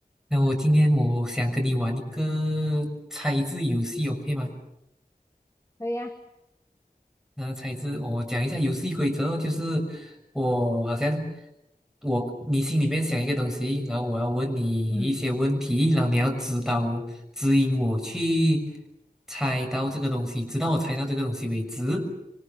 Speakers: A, in the centre; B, on the left (about 20°).
A: 那我今天我想跟你玩一个猜字游戏，OK 吗？
B: 可以呀、
A: 那猜字，我讲一下游戏规则哦就是我好像我你心里面想一个东西，然后我要问你一些问题，
B: 嗯
A: 然后你要指导指引我去猜到这个东西，直到我猜到这个东西为止。